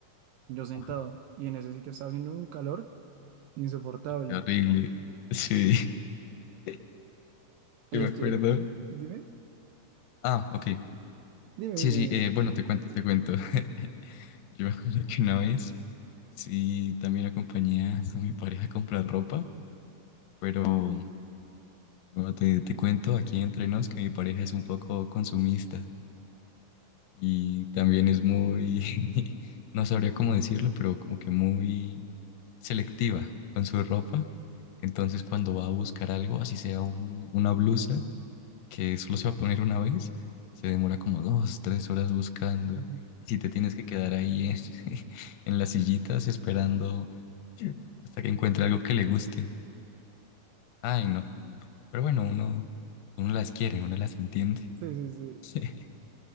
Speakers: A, on the right (about 80°); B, on the left (about 80°).
A: yo sentado
B: Uf,
A: y en ese sitio estaba haciendo un calor insoportable.
B: qué horrible. Sí, <laughs> que
A: Y
B: me
A: estoy,
B: acuerdo.
A: dime,
B: Ah, ok.
A: dime,
B: Sí,
A: dime.
B: sí, eh, bueno, te cuento, te cuento. <laughs> Yo me acuerdo que una vez, sí, también acompañé a a mi pareja a comprar ropa, pero... Bueno, te, te cuento aquí entre nos que mi pareja es un poco consumista y también es muy, <laughs> no sabría cómo decirlo, pero como que muy selectiva con su ropa. Entonces cuando va a buscar algo, así sea un- una blusa que solo se va a poner una vez, se demora como dos, tres horas buscando.
A: Ujú.
B: Y si te tienes que quedar ahí en, <laughs> en las sillitas esperando hasta que encuentre algo que le guste. Ay, no. Pero bueno, uno, uno las quiere, uno las entiende.
A: Sí, sí, sí.
B: <laughs>